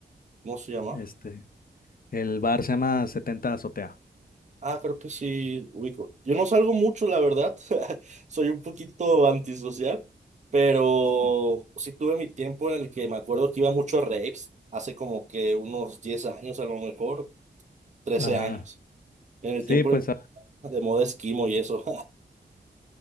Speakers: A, on the right; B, on the left.
A: cómo se llama?
B: Este, el bar se llama Setenta Azotea.
A: Ah, creo que sí, ubico. Yo no salgo mucho, la verdad. <laughs> Soy un poquito antisocial, pero
B: Sí.
A: sí tuve mi tiempo en el que me acuerdo que iba mucho a raves, hace como que unos 10 años a lo mejor, trece
B: Ajá.
A: años, en el
B: Sí,
A: tiempo
B: pues
A: de moda esquimo y eso.